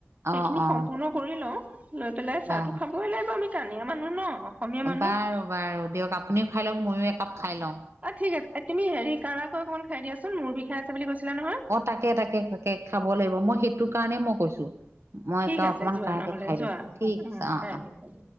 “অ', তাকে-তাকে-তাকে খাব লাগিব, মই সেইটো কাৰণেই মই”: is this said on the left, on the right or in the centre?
Right